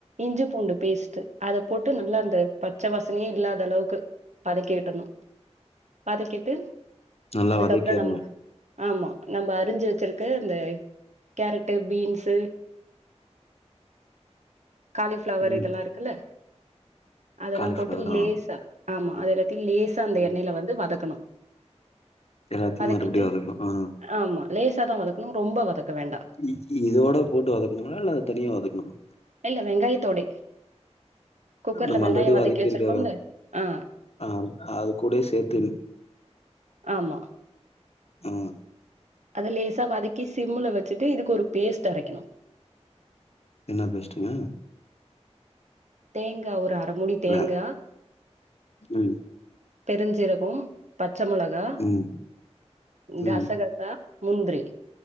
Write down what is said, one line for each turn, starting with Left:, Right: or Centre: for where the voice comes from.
Right: இஞ்சி பூண்டு பேஸ்ட் அத போட்டு நல்லா அந்த பச்ச வாசனையே இல்லாத அளவுக்கு வதக்கிவிட்டுன்னு வதக்கிட்டு
Left: நல்லா
Right: அதுக்கப்புறோ
Left: வதக்கிறணு
Right: நம்ம ஆமா நம்ம அறிஞ்சு வெச்சிருக்க இந்த கேரட்டு பீன்ஸு காலிஃப்ளவர்
Left: ம்
Right: இதெல்லா இருக்குல்ல அதெல்லா
Left: காலிஃப்ளவர்
Right: போட்டு லேசா
Left: ஆ
Right: ஆமா அது எல்லத்தையு லேசா அந்த
Left: ம்
Right: எண்ணையில வந்து வதக்கணு
Left: எல்லாத்தையு
Right: வதக்கிட்டு
Left: மறுபடியு வதக்கனு ஆ
Right: ஆமா லேசா தா வதக்கணு ரொம்ப வதக்க வேண்டா
Left: இ இதோட போட்டு வதக்கணுங்ளா இல்ல அத தனியா வதக்கணுங்ளா
Right: இல்ல வெங்காயத்தோடே குக்கர்ல
Left: நம்ம
Right: வெங்காயோ
Left: ஆல்ரெடி
Right: வதக்கி
Left: வதக்கிருக்க
Right: வச்சிருக்கோம்ல ஆ
Left: ஆ அது கூடே சேத்து
Right: ஆமா
Left: ஆ
Right: அத லேசாக வதக்கி சிம்முல வச்சுட்டு இதுக்கு ஒரு பேஸ்ட் அரைக்கணு
Left: என்னா பேஸ்ட்டுங்க
Right: தேங்கா ஒரு அர முடி தேங்கா
Left: வே ம்
Right: பெருஞ்ஜிரகம் பச்ச மொளகா
Left: ம் ம்
Right: கசகசா முந்ரி